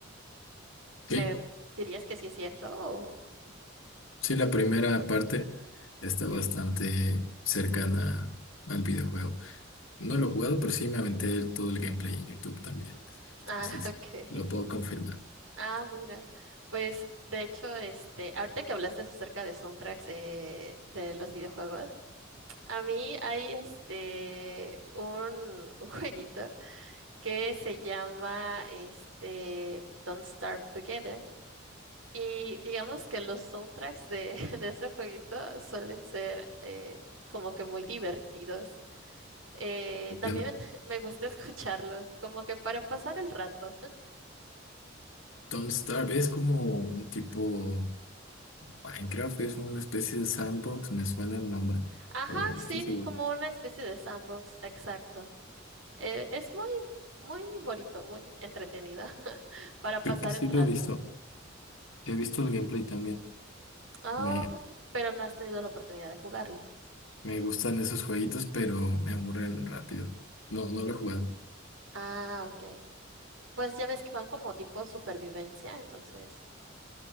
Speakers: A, on the right; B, on the left.
A: ¿Me
B: Sí,
A: dirías que sí es cierto? o-
B: sí, la primera parte está bastante cercana al videojuego. No lo he jugado, pero sí me aventé todo el gameplay en YouTube también.
A: Ah,
B: Entonces,
A: <laughs> ok.
B: lo puedo confirmar.
A: Ah, mira. Pues de hecho, este, ahorita que hablaste acerca de soundtracks eh, de los videojuegos, a mí hay este un, <laughs> un jueguito. que se llama este Don't Starve Together. Y digamos que los soundtracks de, <laughs> de ese jueguito suelen ser eh, como que muy divertidos. Eh,
B: Entiendo.
A: también <laughs> me gusta escucharlos, como que para pasar el rato.
B: Don't Starve es como un tipo Minecraft, es una especie de sandbox, me suena el nombre,
A: Ajá,
B: pero no
A: sí,
B: estoy seguro.
A: como una especie de sandbox, exacto. Eh, es muy, muy bonito, muy entretenido <laughs> para pasar
B: Creo que sí
A: el rato.
B: lo he visto. He visto el gameplay también.
A: oh
B: Me,
A: pero no has tenido la oportunidad de jugarlo.
B: me gustan esos jueguitos, pero me aburren rápido. No, no lo he jugado.
A: Ah, ok. Pues ya ves que van como tipo supervivencia, entonces